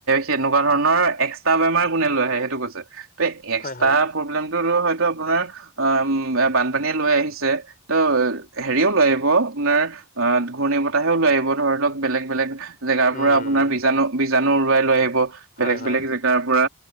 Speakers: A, on the right (about 65°); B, on the left (about 40°).
A: সেনেকুৱা ধৰণৰ এক্সট্ৰা বেমাৰ কোনে লৈ আহে সেইটো কৈছে? ত' এক্সট্ৰা
B: হয় হয়
A: প্ৰব্লেমটোতো হয়তো আপোনাৰ ওম বানপানীয়ে লৈ আহিছে। ত' হেৰিও লৈ আহিব আপোনাৰ অ', ঘূৰ্ণী বতাহেও লৈ আহিব ধৰি লওঁক বেলেগ বেলেগ জেগাৰ পৰা
B: উম
A: আপোনাৰ বীজাণু বীজাণু উৰুৱাই লৈ আহিব বেলেগ
B: হয় হয়
A: বেলেগ জেগাৰ পৰা